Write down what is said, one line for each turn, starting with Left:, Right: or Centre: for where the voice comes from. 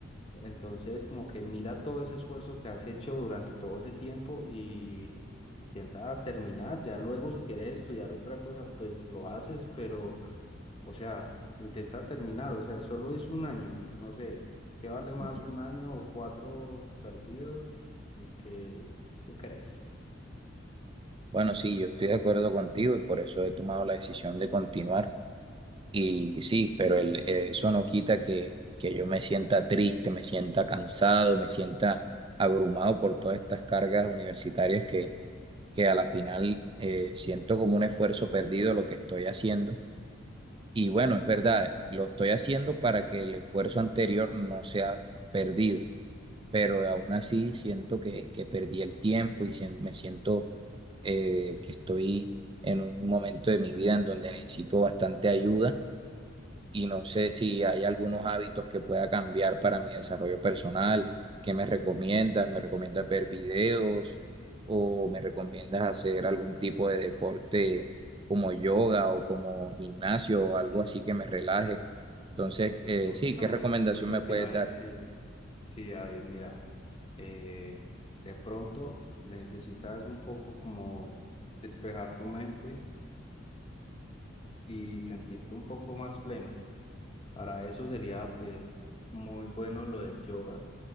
Left: entonces, como que mira todo ese esfuerzo que has hecho durante todo ese tiempo y intenta terminar. Ya luego, si quieres estudiar otra cosa, pues lo haces, pero, o sea, intenta terminar. O sea, solo es un año. No sé, ¿qué vale más
Right: Ujú.
Left: un año o cuatro perdidos? ¿Qué, qué crees?
Right: Bueno, sí, yo estoy de acuerdo contigo y por eso he tomado la decisión de continuar. Y sí, pero el- eh, eso no quita que, que yo me sienta triste, me sienta cansado, me sienta abrumado por todas estas cargas universitarias que, que a la final eh, siento como un esfuerzo perdido lo que estoy haciendo. Y bueno, es verdad, lo estoy haciendo para que el esfuerzo anterior no sea perdido, pero aún así siento que, que perdí el tiempo y sien- me siento eh, que estoy en un momento de mi vida en donde necesito bastante ayuda y no sé si hay algunos hábitos que pueda cambiar para mi desarrollo personal. ¿Qué me recomiendas? ¿Me recomiendas ver videos o me recomiendas hacer algún tipo de deporte como yoga o como gimnasio o algo
Left: Sí,
Right: así
Left: sí,
Right: que me relaje? Entonces,
Left: sí,
Right: eh,
Left: justamente
Right: sí, ¿qué recomendación
Left: eso
Right: me
Left: te
Right: puedes
Left: iba a
Right: dar?
Left: decir. Sí, David, mira, eh, de pronto necesitas un poco como despejar tu mente y sentirte un poco más pleno. Para eso sería pues muy bueno lo del yoga,